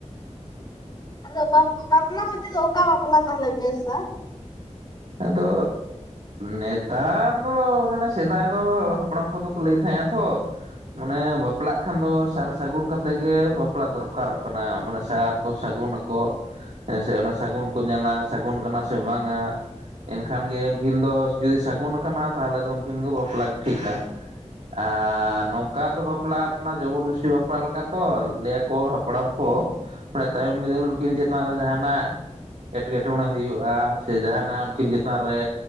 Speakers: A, on the left; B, on the right.
A: ᱟᱫᱚ ᱵᱟᱯ-ᱵᱟᱯᱞᱟ ᱵᱚᱞᱛᱮ ᱫᱚ ᱚᱠᱟ ᱵᱟᱯᱞᱟ ᱛᱟᱦᱚᱞᱮ ᱵᱮᱥᱟ?
B: ᱟᱫᱚᱻ ᱱᱮᱛᱟᱨ ᱫᱚ ᱢᱟᱱᱮ ᱥᱮᱫᱟᱭ ᱫᱚ ᱦᱟᱯᱲᱟᱢ ᱠᱚ ᱫᱚᱠᱚ ᱞᱟᱹᱭ ᱛᱟᱦᱮᱸᱜᱼᱟ ᱛᱚ ᱢᱟᱱᱮ ᱵᱟᱯᱞᱟᱜ ᱠᱷᱟᱱ ᱫᱚ ᱥᱟᱨ ᱥᱟᱹᱜᱩᱱ ᱠᱟᱛᱮ ᱜᱮ ᱵᱟᱯᱞᱟ ᱫᱚᱨᱠᱟᱨᱚᱜ ᱠᱟᱱᱟ, ᱢᱟᱱᱮ ᱥᱟᱨ ᱠᱚ ᱥᱟᱹᱜᱩᱱᱟ ᱠᱚ, ᱦᱮᱸᱥᱮ ᱚᱱᱟ ᱥᱟᱹᱜᱩᱱ ᱠᱚ ᱧᱮᱞᱟ ᱥᱟᱹᱜᱩᱱ ᱠᱟᱱᱟ ᱥᱮ ᱵᱟᱝᱼᱟ? ᱮᱱᱠᱷᱟᱱ ᱜᱮ ᱩᱱᱠᱤᱱ ᱫᱚ ᱡᱩᱫᱤ ᱥᱟᱹᱜᱩᱱ ᱟᱠᱟᱱᱟ ᱛᱟᱦᱚᱞᱮ ᱫᱚ ᱩᱱᱠᱤᱱ ᱫᱚ ᱵᱟᱯᱞᱟ ᱴᱷᱤᱠᱟ ᱾ ᱟᱻ ᱱᱚᱝᱠᱟ ᱫᱚ ᱵᱟᱯᱞᱟ ᱠᱟᱱᱟ ᱡᱚᱵᱚᱨ ᱡᱚᱥᱛᱤ ᱵᱟᱯᱞᱟ ᱞᱮᱠᱟ ᱛᱚ ᱞᱟᱹᱭ ᱟᱠᱚ ᱦᱟᱯᱲᱟᱢ ᱠᱚ, ᱢᱟᱱᱮ ᱛᱟᱭᱚᱢ ᱵᱤᱫᱟᱹᱞ ᱩᱱᱠᱤᱱ ᱪᱮᱛᱟᱱ ᱨᱮ ᱡᱟᱦᱟᱱᱟᱜ ᱮᱴᱠᱮᱴᱚᱬᱮ ᱦᱩᱭᱩᱜᱼᱟ ᱥᱮ ᱡᱟᱦᱱᱟᱜ ᱱᱟᱜ ᱩᱱᱠᱤᱱ ᱪᱮᱛᱟᱱ ᱨᱮ